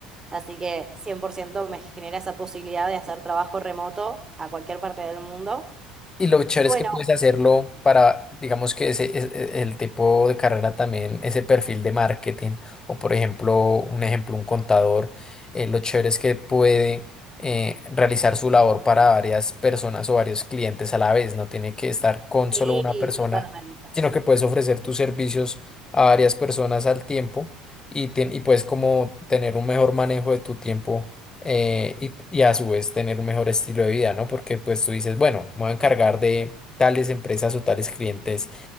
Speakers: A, on the right; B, on the left.
A: Así que 100% me genera esa posibilidad de hacer trabajo remoto a cualquier parte del mundo.
B: Y lo chévere
A: Y bueno,
B: es que puedes hacerlo para, digamos que ese, es- e- el tipo de carrera también, ese perfil de marketing, o por ejemplo, un ejemplo, un contador, eh, lo chévere es que puede eh, realizar su labor para varias personas o varios clientes a la vez, no tiene que estar con
A: sí,
B: solo una persona,
A: totalmente.
B: sino que puedes ofrecer tus servicios a varias personas al tiempo y, tien- y puedes como tener un mejor manejo de tu tiempo eh, y, y a su vez tener un mejor estilo de vida, ¿no? Porque pues tú dices, bueno, me voy a encargar de tales empresas o tales clientes